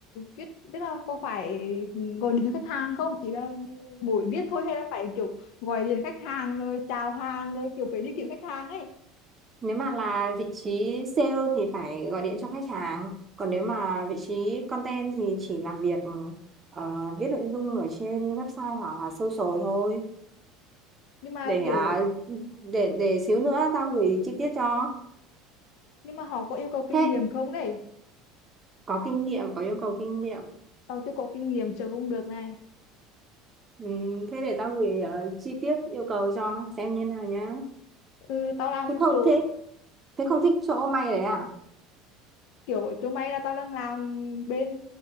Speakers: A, on the left; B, on the right.
A: viết tức là có phải gọi điện cho khách hàng không ý là mỗi viết thôi hay là phải kiểu gọi điện khách hàng rồi chào hàng rồi kiểu phải đi kiếm khách hàng ấy
B: nếu mà là vị trí sale thì phải gọi điện cho khách hàng còn nếu mà vị trí content thì chỉ làm việc ờ, viết nội dung ở trên website hoặc là social thôi
A: nhưng mà
B: để
A: kiểu
B: à, để để xíu nữa tao gửi chi tiết cho
A: nhưng mà họ có yêu cầu kinh
B: thế
A: nghiệm không đấy
B: có kinh nghiệm có yêu cầu kinh nghiệm
A: tao chưa có kinh nghiệm sợ không được này
B: Ừ, thế để tao gửi ờ, chi tiết yêu cầu cho xem như nào nhá
A: ừ, tao làm
B: thế không
A: chỗ
B: thế thế không thích chỗ may đấy à
A: kiểu chỗ mày là tao đang làm bên